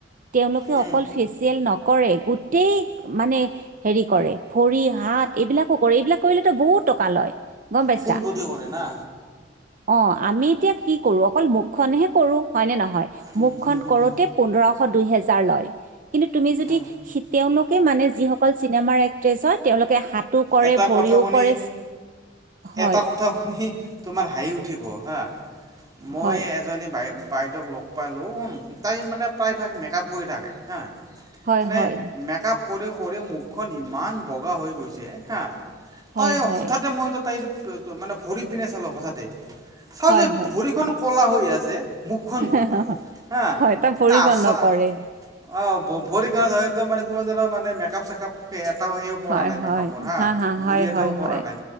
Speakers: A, on the right; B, on the right.
A: তেওঁলোকে
B: উম উম উম
A: অকল ফেচিয়েল নকৰে গোটেই মানে হেৰি কৰে। ভৰি হাত এইবিলাকো কৰে এইবিলাক কৰিলেতো বহুত টকা লয়। গম পাইছা।
B: ফুল বডি কৰে না
A: অ আমি এতিয়া কি কৰো অকল মুখখনহে কৰো হয়নে নহ। হয়
B: উম
A: মুখন
B: হুম হুম
A: কৰোতে
B: হুম
A: পোন্ধশ দুহেজাৰ লয় কিন্ত তুমি
B: উম
A: সি তেওলোক। কে মানে যিসকল চিনেমাৰ এক্ট্ৰেছ হয় তেওঁলোকে হাত। টো কৰে
B: এটা
A: ভৰিও
B: কথা শুনি
A: কৰে হয়।
B: এটা কথা শুনি তোমাৰ হাঁহি উঠিব হা মই
A: হয়
B: এজনী বাই। বাইদেউক লগ পালোঁ তাই মানে প্ৰায়ভাগ মেকআপ কৰি থাকে হা।
A: হয়
B: মানে
A: হয়
B: মেক আপ কৰে কৰি মুখখন ইমান বগা হৈ গৈছে হা।
A: হয়
B: তাই
A: হয়
B: হঠাতে মইতো তাইৰ মানে ভৰি পিনে চালো হঠাতে। চাও
A: হয়
B: যে
A: হয়
B: ভৰিখন কলা হৈ আছে। মুখখন বগা
A: <inaudible>
B: হা
A: হয় তাৰ
B: মানে
A: ভৰিখন
B: আচা
A: নকৰে
B: অ ভৰি কাৰ হয়তো মানে কোনো ধৰ মানে মেকআপ চেকআপ এটাও সে পৰা
A: হয়
B: নাই
A: হয়
B: মেকপ। পঢ়া
A: হা হা
B: ঘুৰি
A: হয়
B: এটাও
A: হয়
B: পৰা
A: হয়
B: নাই